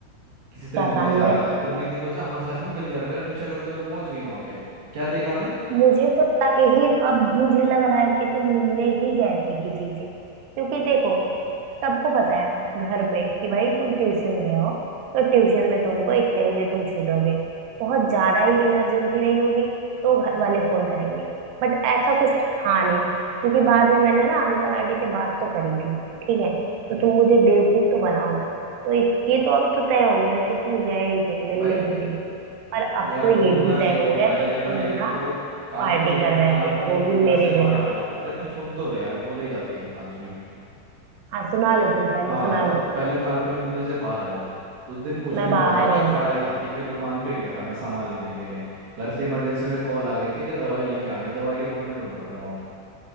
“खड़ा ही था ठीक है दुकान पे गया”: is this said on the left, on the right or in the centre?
Right